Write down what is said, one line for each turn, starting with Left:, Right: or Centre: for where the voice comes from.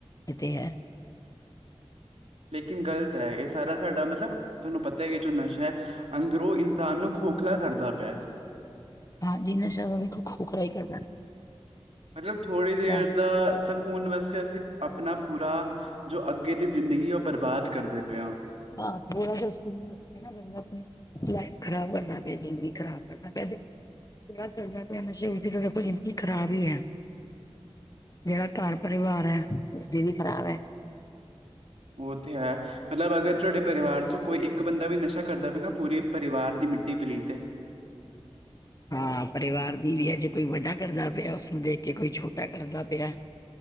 Left: ਏਹ ਤੇ ਹੈ।
Right: ਲੇਕਿਨ ਗ਼ਲਤ ਹੈ ਇਹ ਸਾਰਾ ਸਾਡਾ ਮਤਲਬ ਤੁਵਾਨੂੰ ਪਤਾ ਏਹ ਜੋ ਨਸ਼ਾ ਅੰਦਰੋਂ ਇਨਸਾਨ ਨੂੰ ਖੋਖਲਾ ਕਰਦਾ ਪਿਆ।
Left: ਹਾਂਜੀ ਨਸ਼ਾ ਤਾਂ ਦੇਖੋ ਖੋਖਲਾ ਈ ਕਰਦਾ।
Right: ਮਤਲਬ ਥੋੜੀ ਦੇਰ
Left: ਸ਼ਰਾਬ
Right: ਦਾ ਅਸ ਸਕੂਨ ਵਾਸਤੇ ਅਸੀਂ ਆਪਣਾ ਪੂਰਾ ਜੋ ਅੱਗੇ ਦੀ ਜ਼ਿੰਦਗੀ ਹੈ ਉਹ ਬਰਬਾਦ ਕਰਦੇ ਪਏ ਆਂ।
Left: ਹਾਂ ਥੋੜਾ ਜ ਸਕੁਨ <unintelligible> ਲਾਈਫ ਖ਼ਰਾਬ ਕਰਦਾ ਪਿਆ ਜ਼ਿੰਦਗੀ ਖ਼ਰਾਬ ਕਰਦਾ। <unintelligible> ਵਿਆਹ ਕਰਦਾ ਪਿਆ ਨਸ਼ੇ ਵਿਚ ਜੇੜਾ ਔਹ ਜ਼ਿੰਦਗੀ ਖਰਾਬ ਈ ਹੈ। ਜੇੜਾ ਘਰ ਪਰਿਵਾਰ ਹੈ ਉਸਦੀ ਵੀ ਖ਼ਰਾਬ ਹੈ।
Right: ਓ ਤੇ ਹੈ ਮਤਲਬ ਅਗਰ ਤੁਵਾਡੇ ਪਰਿਵਾਰ ਚੋਂ ਕੋਈ ਇੱਕ ਬੰਦਾ ਵੀ ਨਸ਼ਾ ਕਰਦਾ ਪਿਆ ਨਾ ਪੂਰੇ ਪਰਿਵਾਰ ਦੀ ਮਿੱਟੀ ਪਲੀਤ ਹੈ।
Left: ਹਾਂ ਪਰਿਵਾਰ ਦੀ ਵੀ ਹੈ, ਜੇ ਕੋਈ ਵੱਡਾ ਕਰਦਾ ਪਿਆ ਓਸ ਨੂੰ ਦੇਖ ਕੇ ਕੋਈ ਛੋਟਾ ਕਰਦਾ ਪਯਾ